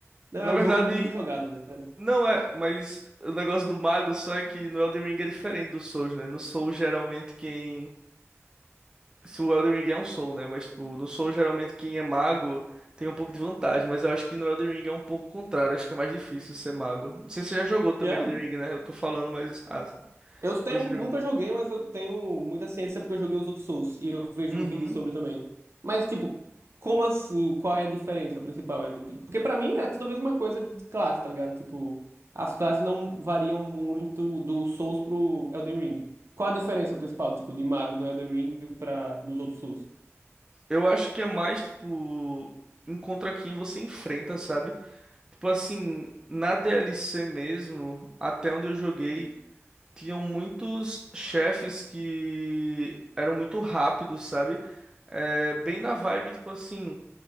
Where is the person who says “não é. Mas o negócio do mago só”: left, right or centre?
Right